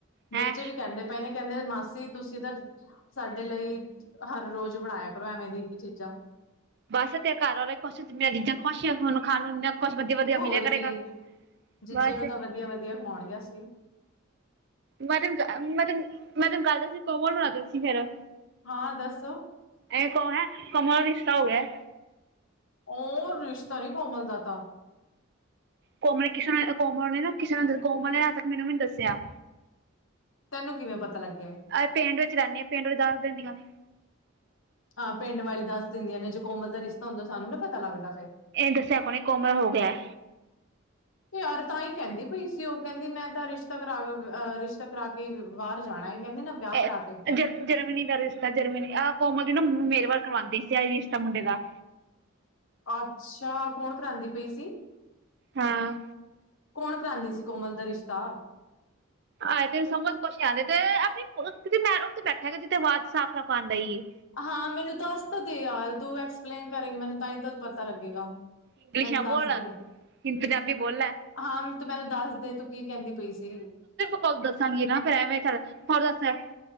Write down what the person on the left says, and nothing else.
ਬੱਚੇ ਵੀ ਕਹਿੰਦੇ ਪਏ ਨੇ ਕਹਿੰਦੇ ਮਾਸੀ, ਤੁਸੀਂ ਤਾਂ ਸਾਡੇ ਲਈ ਹਰ ਰੋਜ਼ ਬਣਾਇਆ ਕਰੋ, ਐਵੇਂ ਦੀ ਹੀ ਚੀਜ਼ਾਂ।
ਹੋਰ
ਕੀ, ਜੀਜੇ
ਨੂੰ ਤਾਂ ਵਧੀਆ ਵਧੀਆ ਖਵਾਉਣ ਗੇ ਅਸੀ।
ਹਾਂ ਦੱਸ
ਉਹ ਰਿਸ਼ਤਾ ਨੀ ਕੋਮਲ ਦਾ ਤਾ।
ਤੈਨੂੰ ਕਿਵੇਂ ਪਤਾ ਲੱਗਿਆ ਏ?
ਹਾਂ, ਪਿੰਡ ਵਾਲੀ ਦੱਸ ਦਿੰਦੀਆਂ ਨੇ ਜੋੇ ਕੋਮਲ ਦਾ ਰਿਸ਼ਤਾ ਹੁੰਦਾ, ਸਾਨੂੰ ਨਾ ਪਤਾ ਲੱਗਦਾ ਫੇਰ।
ਤੇ ਯਾਰ ਤਾਂ ਹੀ ਕਹਿੰਦੀ ਪਈ ਸੀ, ਉਹ ਕਹਿੰਦੀ ਮੈਂ ਤਾਂ ਰਿਸ਼ਤਾ ਕਰਾ ਅਹ ਰਿਸ਼ਤਾ ਕਰਾ ਕੇ ਹੀ ਬਾਹਰ ਜਾਣਾ ਕਹਿੰਦੀ ਨਾ ਵਿਆਹ
ਕਰਾ ਕੇ
ਅੱਛਾ, ਕੌਣ ਕਰਾਂਂਦੀ ਪਈ ਸੀ?
ਕੌਣ ਕਰਾਉਂਦੀ ਸੀ ਕੋਮਲ ਦਾ ਰਿਸ਼ਤਾ?
ਹਾਂ ਮੈਨੂੰ ਦੱਸ ਤਾਂ ਦੇ ਯਾਰ ਤੂੰ ਐਕਸਪਲੇਨ ਕਰੇਗੀ, ਮੈਨੂੰ ਤਾਂ ਹੀ ਪਤਾ ਲੱਗੇਗਾ।
ਮੈਨੂੰ
ਦੱਸ
ਦੇ
ਹਾਂ, ਤੂੰ ਮੈਨੂੰ ਦੱਸ ਦੇ, ਤੂੰ ਕੀ ਕਹਿੰਦੀ ਪਈ ਸੀ।